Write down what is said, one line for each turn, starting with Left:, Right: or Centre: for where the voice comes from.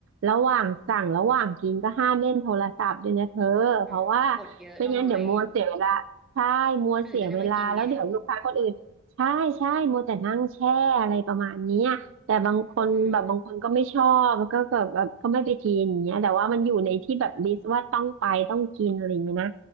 Right: ระหว่างสั่งระหว่างกินก็ห้ามเล่นโทรศัพท์ด้วยนะเธอเพราะว่า
Centre: อืมกดเยอะหน่อย
Right: ไม่งั้นเดี๋ยวมัวเสียเวลาใช่มัวเสียเวลาแล้วเดี๋ยวลูกค้าคนอื่นใช่ใช่มัวแต่นั่งแช่อะไรประมาณเนี้ย
Centre: คนอื่นจะได้มากินไง
Right: แต่บางคนแบบบางคนก็ไม่ชอบแล้วก็แบบแบบก็ไม่ไปกินอย่างเงี้ยแต่ว่ามันอยู่ในที่แบบลิสต์ว่าต้องไปต้องกินอะไรอย่างเงี้ยนะ
Centre: อืม